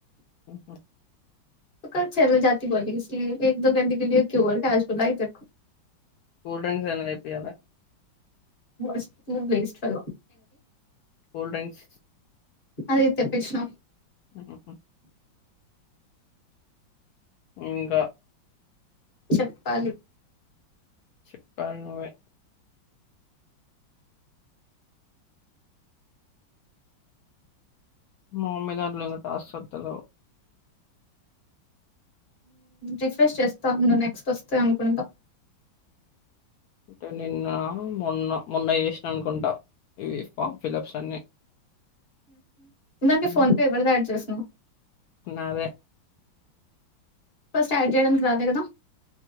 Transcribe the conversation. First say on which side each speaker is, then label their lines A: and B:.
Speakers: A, on the left; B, on the left.
A: ఆహ
B: కల్ చల్ జాతి బోలీ ఇస్కి లీ ఏక్ దో ఘంటే కేలియే క్యూ క్యాష్ బులాయి తేరకు
A: కూల్ డ్రింక్స్ ఏనేది చెప్పియల
B: <unintelligible> వేస్ట్ఫెలో
A: కూల్ డ్రింక్స్
B: అది తెప్పించిన
A: మ్మ్ ఇంకా
B: చెప్పాలి
A: చెప్పాలీ నువ్వే మా మామ్మీ దాంట్లో ఇంకా టాస్క్ వతలేవు
B: రిఫ్రెష్ చేస్తా ను నెక్స్ట్ వస్తే అనుకుంటా
A: అంటే నిన్న మొన్న మొన్న చేసిన అనుకుంటా ఈ ఫామ్ ఫిలప్స్ అన్ని
B: దానికి
A: ఉమ్,
B: ఫోన్ పే ఎవరిది యాడ్ చేస్తున్నావు
A: నాదే
B: ఫస్ట్ యాడ్ చేయడానికి రాలే కదా